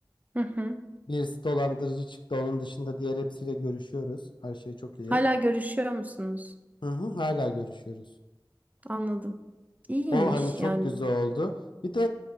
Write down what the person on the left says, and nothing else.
Birisi dolandırıcı çıktı. Onun dışında diğer hepsiyle görüşüyoruz. Her şey çok iyi.
Hı hı, hala görüşüyoruz.
O hani çok
güzel oldu. Bir de